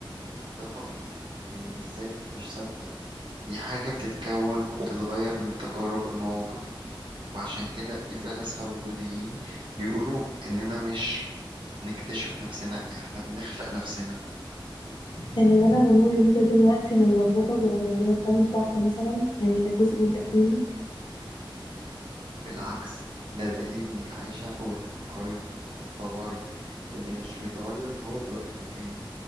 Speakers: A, on the right (about 70°); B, on the left (about 55°).
A: ده طبيعي لأن الذات مش ثابتة دي حاجة بتتكون وبتتغير من التجارب والمواقف وعشان كده في فلاسفة وجوديين بيقولوا إننا مش نكتشف نفسنا إحنا بنخلق نفسنا
B: يعني اللي انا بمر بيه ده دلوقتي من لخبطه وتغيرات ده مش ضعف مثلا يعني ده جزء من تكويني
A: بالعكس ده دليل إنك عايشة وبتفكري وبتتطوري اللي مش بيتغير هو اللي واقف مكانه